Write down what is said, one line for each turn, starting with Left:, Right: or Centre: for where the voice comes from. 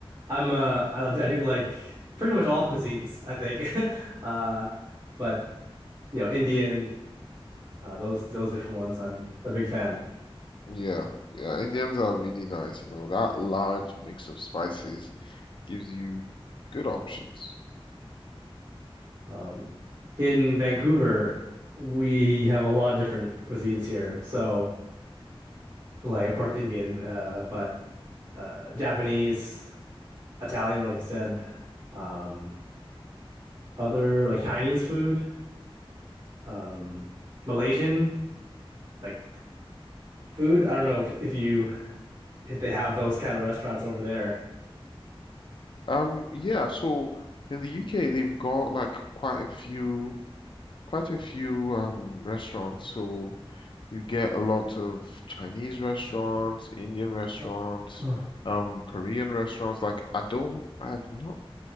Right: I'm uh I, I do like pretty much all cuisines, I think. <laughs> Uh, but you know, Indian. Uh, those those different ones, I'm a big fan.
Left: Yeah, yeah. Indians are really nice. You know, that large mix of spices gives you good options.
Right: Um, in Vancouver, we have a lot of different cuisines here. So, like, of course, Indian, uh, but uh, Japanese, Italian, like you said, um, other like Chinese food, um, Malaysian, like food. I don't know if, if you if they
Left: Mm.
Right: have those kind of restaurants over there.
Left: Um, yeah. So in the UK, they've got like quite a few. quite a few um, restaurants. So you get a lot of Chinese restaurants, Indian restaurants,
Right: Oh, oh,
Left: um, Korean restaurants. Like I don't, I have not.